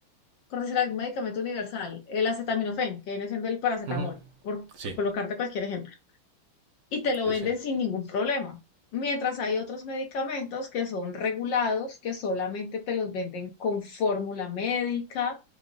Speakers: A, on the left; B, on the right.
A: por decir algún medicamento universal, el acetaminofén, que viene siendo el paracetamol,
B: Ujú.
A: por
B: Sí,
A: colocarte cualquier ejemplo. y te lo
B: sí,
A: venden
B: sí.
A: sin ningún problema. Mientras hay otros medicamentos que son regulados, que solamente te los venden con fórmula médica,